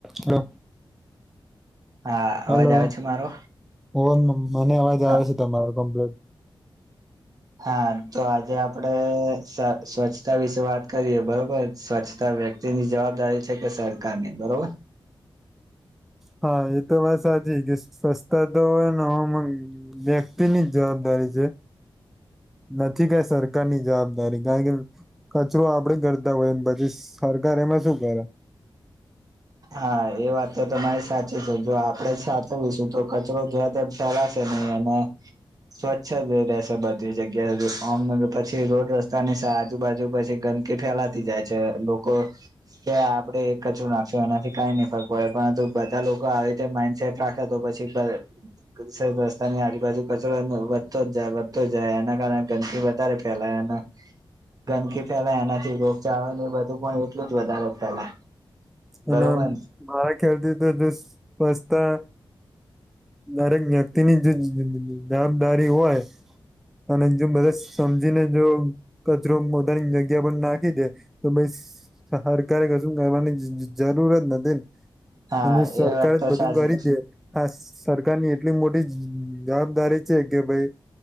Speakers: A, in the centre; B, on the right.
A: Hello.
B: હા
A: hello
B: અવાજ આવે છે મારો
A: ઓ મને અવાજ આવે
B: હા
A: છે તમાર કમ્પ્લેટ.
B: હા તો આજે આપડે સ્વચ્છતા વિશે વાત કરીએ. બરોબર સ્વચ્છતા વ્યક્તિ ની જવાબદારી છે કે સરકારની બરોબર.
A: હા એ તો વાત સાચી કે સ્વચ્છતા તો હોયને હ વ્યક્તિ ની જ જવાબદારી <inaudible>
B: <inaudible>
A: નથી કઈ સરકારની જવાબદારી કારણ કે કચરો આપડે કરતા હોયને પછી સરકાર એમ ત શું કરે.
B: <inaudible> હા એ વાત તો તમારી સાચી છે. જો આપડે જ સાચવવીશું તો કચરો જ્યા ત ફેલાશે અને એના સ્વચ્છ જ રહેશે બધી જગ્યા સુધીમ પછી રોડ રસ્તાની આજુબાજુ પછી કે ફેલાતી જાય છે. લોકો કે આપડે કચરો નાખ એનાથી કઈ નઈ ફરક પડે પરંતુ બધા લોકો આવી રીતે માઈન્ડસેટ રાખે તો પછી રસ્તાની આજુબાજુ કચરો વધતો જ જાય વધતો જાય એના કારણે ગંદકી વધારે ફેલાય એના ગંદકી ફેલાય એનાથી રોગચાળો ને બધું પણ એટલું જ વધારે ફેલાય. બરોબર
A: અને
B: ને
A: મારા ખ્યાલથી તો જે સ્સ્તા દરેક વ્યક્તિની જે જવાબદારી હોય અને જો બધા સમજીને જો કચરો પોતાની જગ્યા પણ નાખી દે તો સરકારે કશું કરવાની જરૂરત નથી ને
B: હા
A: અને સરકાર
B: એ વાત તો
A: જ બધું
B: સાચી
A: કરી દે હા સરકારની એટલી મોટી જવાબદારી છે કે ભાઈ